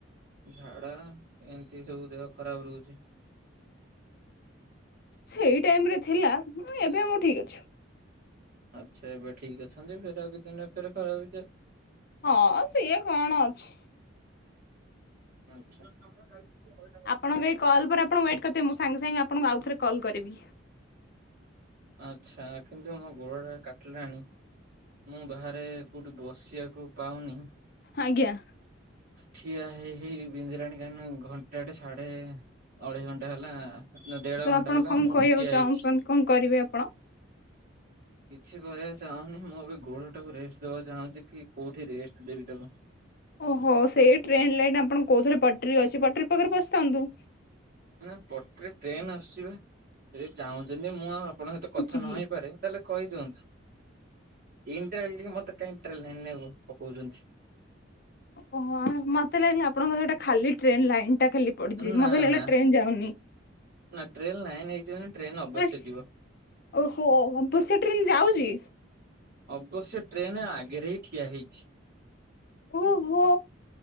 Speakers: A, on the right; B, on the left.
A: ଝାଡା ଏମତି ସବୁ ଦେହ ଖରାପ ରହୁଚି।
B: ସେଇ ଟାଇମ ରେ ଥିଲା। ହୁଁ ଏବେ ମୁଁ ଠିକ ଅଛି।
A: ଆଚ୍ଛାଏବେ ଠିକ ଅଛନ୍ତି, ଫେରେ ଆଉ କିଛି ଦିନରେ ଫେରେ ଖରାପ ହେଇଯିବ।
B: ହଁ ସିଏ କଣ ଅଛି।
A: ଆଚ୍ଛା <unintelligible>
B: ଆପଣଙ୍କ ଏଇ କଲ୍ ପରେ ଆପଣ ୱେଟ୍ କରିଥିବେ ମୁଁ ସାଙ୍ଗେ ସାଙ୍ଗେ ଆପଣଙ୍କୁ ଆଉଥରେ କଲ କରିବି।
A: ଆଚ୍ଛା କିନ୍ତୁ ମୋ ଗୋଡ଼ଟା କାଟିଲାଣି, ମୁଁ ବାହାରେ କଉଠି ବସିବାକୁ ପାଉନି।
B: ହାଜ୍ଞା।
A: ଠିଆ ହେଇ ହେଇ ବିନ୍ଧିଲାଣି କାହିଁକି ନା ଘଣ୍ଟାଟେ ସାଢେ, ଅଢେଇ ଘଣ୍ଟା ହେଲା, ଦେଢ
B: ତ
A: ଘଣ୍ଟା
B: ଆପଣ
A: ହେଲା
B: କଣ
A: ମୁଁ
B: କହିବାକୁ
A: ଠିଆ
B: ଚାହୁଁଛନ୍ତି
A: ହେଇଛି।
B: କଣ କରିବେ ଆପଣ?
A: କିଛି କରିବାକୁ ଚାହୁଁନି। ମୁଁ ଏବେ ଗୋଡ ଟାକୁ ରେଷ୍ଟ ଦବାକୁ ଚାହୁଁଛି, କି କୋଉଠି ରେଷ୍ଟ ଦେବି ତାକୁ।
B: ଓହୋ ସେଇ ଟ୍ରେନ୍ ଲାଇନ, ଆପଣ କୋଉ ଥରେ ପଟରୀ ଅଛି ପଟରୀ ପାଖରେ ବସିଥାନ୍ତୁ।
A: ନା ପଟ୍ଟ୍ରି ରେ ଟ୍ରେନ ଆସୁଚିବା। ସେ ଚାହୁଁଛନ୍ତି ମୁଁ ଆଉ ଆପଣଙ୍କ ସହିତ
B: ପଡୁଛି
A: କଥା
B: କି?
A: ନହଇପାରେ। ତାହେଲେ କହିଦିଅନ୍ତୁ ଇଣ୍ଡାଲ ମତେ କାହିଁ ଟ୍ରେନ ଲାଇନ୍ ରେ ପକଉଛନ୍ତି।
B: ଓହ ମତେ ଲାଗିଲା ଆପଣଙ୍କର ସେଟା ଖାଲି ଟ୍ରେନ୍ ଲାଇନ୍ ଟା ଖାଲି। ପଡିଛି
A: ନା
B: ମତେଲେ ହେଲେ
A: ନା
B: ଟ୍ରେନ ଯାଉନି।
A: ନା ଟ୍ରେନ ଲାଇନ ହେଇଛି ମାନେ ଟ୍ରେନ ଅବଶ୍ୟ
B: <unintelligible>
A: ଯିବ।
B: ଓହୋ ବାପସ ସେଇ ଟ୍ରେନ୍ ଯାଉଛି?
A: ଅବଶ୍ୟ ଟ୍ରେନ ଆଗରେ ହିଁ ଠିଆ ହେଇଛି।
B: ଓହୋ,